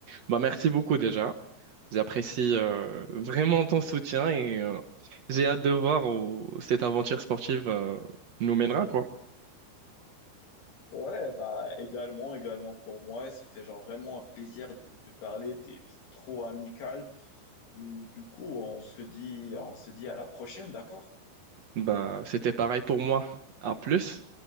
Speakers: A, on the right (about 80°); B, on the left (about 70°).
A: Bah, merci beaucoup déjà. J'apprécie euh, vraiment ton soutien et euh, j'ai hâte de voir où cette aventure sportive euh, nous mènera, quoi.
B: Ouais, bah également, également pour moi, c'était genre vraiment un plaisir de te parler, t'es t'es trop amical. Euh, du coup, on se dit, on se dit à la prochaine, d'accord?
A: Bah, c'était pareil pour moi. À plus.